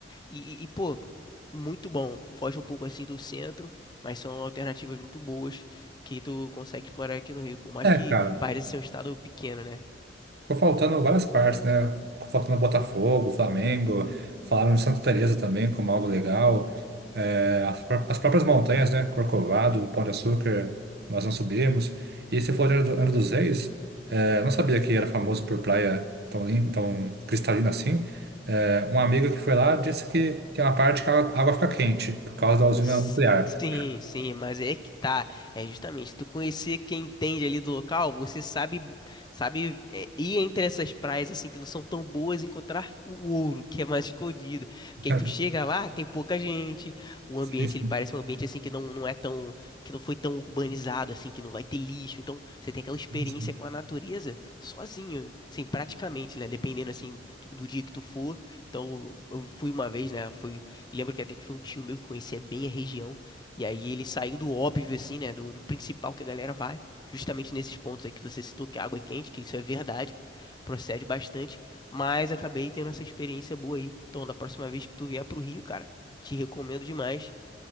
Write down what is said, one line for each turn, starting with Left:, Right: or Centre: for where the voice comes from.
Left: E, e, pô, muito bom. Foge um pouco assim do centro, mas são alternativas muito boas que tu consegue explorar aqui no Rio. Por mais
Right: É,
Left: que
Right: cara.
Left: pareça ser um estado pequeno, né?
Right: Ficou faltando várias partes, né? Ficou faltando Botafogo, Flamengo, falaram de Santa Teresa também como algo legal. É, as, pró- as próprias montanhas, né? Corcovado, Pão de Açúcar, nós não subimos. E você falou de Angra do- Angra dos Reis, é, eu não sabia que era famoso por praia tão limpa, tão cristalina assim. É, uma amiga que foi lá disse que tem uma parte que a água fica quente por causa da usina
Left: S-
Right: nuclear.
Left: Sim, sim, mas é que tá. É justamente, tu conhecer quem entende ali do local, você sabe, sabe é, ir entre essas praias assim que não são tão boas e encontrar o ouro, que é mais escondido. Porque
Right: <laughs>
Left: aí tu chega lá, tem pouca gente, o
Right: Sim,
Left: ambiente
Right: sim,
Left: ele parece um ambiente assim que não, não é tão, que não foi tão urbanizado assim, que não vai ter lixo. Então, você tem aquela experiência
Right: sim.
Left: com a natureza sozinho, assim, praticamente, né, dependendo assim do dia que tu for. Então, eu eu fui uma vez, né? Fui Lembro que até que foi um tio meu que conhecia bem a região. E aí ele saiu do óbvio, assim, né? Do, do principal que a galera vai. Justamente nesses pontos aí que você citou, que a água é quente, que isso é verdade, procede bastante. Mas acabei tendo essa experiência boa aí. Então, da próxima vez que tu vier pro Rio, cara, te recomendo demais